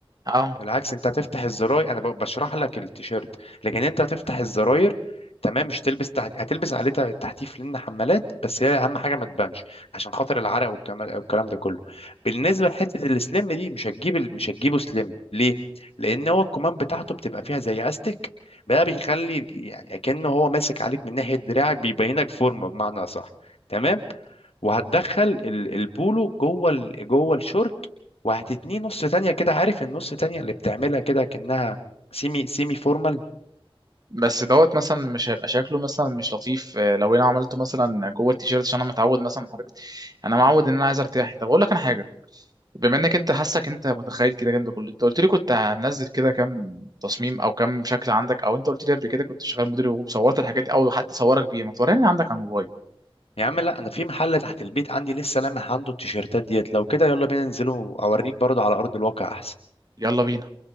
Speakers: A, on the right; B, on the left.
A: اه
B: بالعكس انت هتفتح الزراير انا ب- بشرح لك التيشيرت لكن انت هتفتح الزراير تمام مش تلبس تحت... هتلبس عليه ت- تحتيف لان حمالات بس هي اهم حاجه ما تبانش عشان خاطر العرق والكلام والكلام ده كله بالنسبه لحته السليم دي مش هتجيب ال- مش هتجيبه سليم ليه لان هو الكمام بتاعته بتبقى فيها زي استك بقى بيخلي يعني كأنه هو ماسك عليك من ناحيه دراعك بيبينك فورمه بمعنى اصح تمام وهتدخل ال- البولو جوه ال- جوه الشورت وهتتنيه نص تانية كده عارف النص تانية اللي بتعملها كده كأنها سيمي سيمي فورمال
A: بس دوت مثلا مش هيبقى شكله مثلا مش لطيف آه، لو انا عملته مثلا جوه التيشيرت عشان انا متعود مثلا حضرتك انا معود ان انا عايز ارتاح طب اقول لك انا حاجه بما انك انت حاسك انت متخيل كده كده كله انت قلت لي كنت هنزل كده كام تصميم او كام شكل عندك او انت قلت لي قبل كده كنت شغال مدير وصورت الحاجات دي او حد صورك بيها ما توريني عندك على الموبايل
B: يا عم لا انا في محل تحت البيت عندي لسه لامح عنده التيشيرتات ديت لو كده يلا بينا ننزله اوريك برضه على ارض الواقع احسن
A: يلا بينا